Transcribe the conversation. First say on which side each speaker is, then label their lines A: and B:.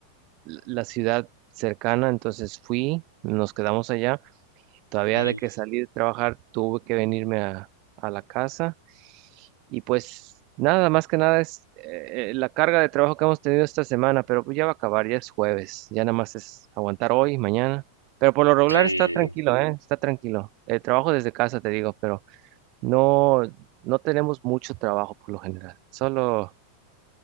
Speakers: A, on the right; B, on the right.
A: la ciudad cercana, entonces fui, nos quedamos allá Todavía
B: Mm,
A: de que salí de trabajar tuve que venirme a, a la casa y pues nada, más que nada es eh, eh, la carga de trabajo que hemos tenido esta semana, pero pues ya va a acabar, ya es jueves, ya nada más es aguantar hoy, mañana. Pero por lo regular
B: Sí, es
A: está tranquilo, ¿eh? Está tranquilo. El trabajo desde casa, te digo, pero no, no tenemos mucho trabajo por lo general. Solo,